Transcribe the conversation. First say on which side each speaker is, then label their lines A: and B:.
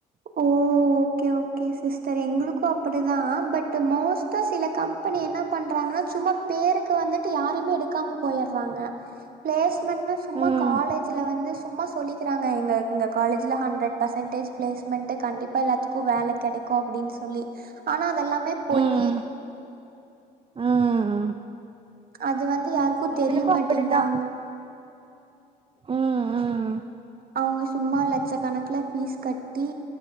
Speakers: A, on the right (about 50°); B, on the right (about 25°).
A: ஓ ஓகே ஓகே சிஸ்டர் எங்களுக்கு அப்டி தா பட் மோஸ்ட்டா சில கம்பெனி என்ன பண்றாங்கன்னா சும்மா பேருக்கு வந்துட்டு யாருமே எடுக்காம போய்ட்றாங்க ப்ளேஸ்மெண்ட சும்மா
B: ம்
A: காலேஜ்ல வந்து சும்மா சொல்லிக்கிறாங்க எங் எங்க காலேஜ்ல ஹண்டரட் பெசன்டேஜ் ப்ளேஸ் மென்டு கண்டிப்பா எல்லாத்துக்கு வேல கெடக்கு அப்டின்னு சொல்லி ஆனா அதெல்லாமே பொய்
B: ம் ம்
A: அது வந்து யாருக்கு
B: எங்களுக்கு
A: தெரியமாட்டேங்கறாங்கோ
B: அப்படிதா ம் ம்
A: ஆ அவங்க சும்மா லட்ச கணக்குல ஃபீஸ் கட்டி